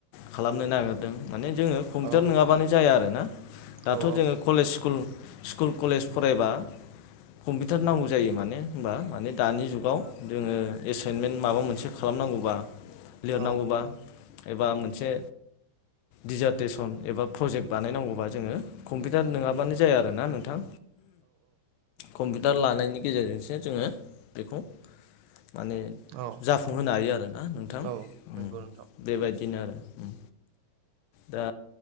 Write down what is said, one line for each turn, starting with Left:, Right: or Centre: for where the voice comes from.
Left: खालामनो नागिरदों माने जोङो कम्पिउटार
Right: औ
Left: नङाबानो जाया आरो ना दाथ'जोङो
Right: औ
Left: कलेज स्कुल स्कुल कलेज फरायबा कम्पिउटार नांगौ जायो माने होनबा माने दानि जुगाव जोङो एसाइनमेन्ट माबा मोनसे खालामनांगौबा लिरनांगौबा
Right: औ
Left: एबा मोनसे डिजार्टेसन एबा प्रजेक्ट बानायनांगौबा जोङो कम्पिउटार नोङाबानो जाया आरो ना नोंथां। कम्पिटार लानायनि गेजेरजोंसो जोङो बेखौ माने
Right: औ
Left: जाफुंहोनो हायो आरोना नोंथां
Right: औ
Left: उम।
Right: नंगौ नोंथां
Left: बेबायदिनो आरो उम दा